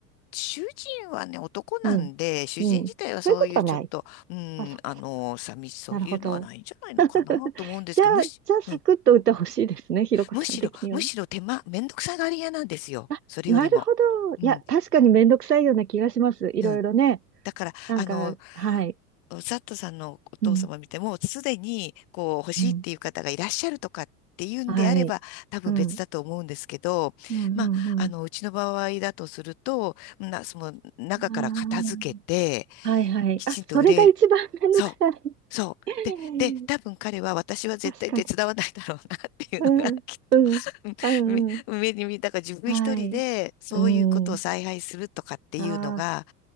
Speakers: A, on the left (about 50°); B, on the right (about 75°).
A: 主人はね、男なんで、
B: うん。
A: 主人自体はそういうちょっと、
B: うん。そういうことはない。
A: うん、
B: あ、そっかそっか。
A: あの、寂しそういうのはないんじゃないのかなと思うんですけど、
B: なるほど。<laughs> じゃあ、
A: むし、
B: じゃあ、サクッと打ってほしいですね。
A: うん、
B: ひろこさん的にはね。
A: むしろ、むしろ手間、めんどくさがり屋なんですよ。
B: あ、
A: それよりも。
B: なるほど。
A: うん、
B: いや、確かにめんどくさいような気がします。いろいろね。
A: うん。だから、
B: なんか、
A: あの、
B: はい。
A: サットさんのお父様見ても、
B: うん。
A: すでに、こう、欲しいっていう方がいらっしゃるとかっていうんであれば、
B: うん。はい。
A: 多分別だと思うんですけど、
B: うん。うん、
A: まあ、
B: うん、うん。
A: あの、うちの場合だとすると、な、その、中から片付けて、
B: あーはいはい。
A: きちんと売れ
B: あ、それが一番めんどくさい。
A: そう。そう。
B: <laughs>
A: で、で、多分彼は私は絶対手伝わないだろうなっていうのが
B: 確かに。うん、
A: <laughs> きっと
B: うん、うん、
A: うん目、
B: うん。
A: 目に見え、だから自分一人でそういうことを采配するとかっていうのが
B: はい。うん。あ